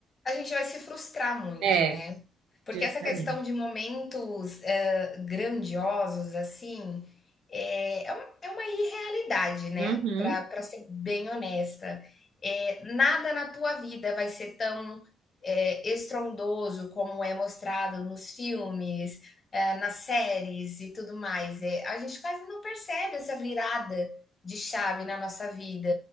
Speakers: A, on the left; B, on the right.
A: A gente vai se frustrar muito,
B: É,
A: né. Porque
B: justamente.
A: essa questão de momentos, hã, grandiosos, assim, eh, é uma é uma irrealidade, né,
B: Uhum,
A: para para ser bem honesta. Eh, nada na tua vida vai ser tão, eh, estrondoso como é mostrado nos filmes, hã, nas séries e tudo mais. Eh, a gente quase não percebe essa virada de chave na nossa vida.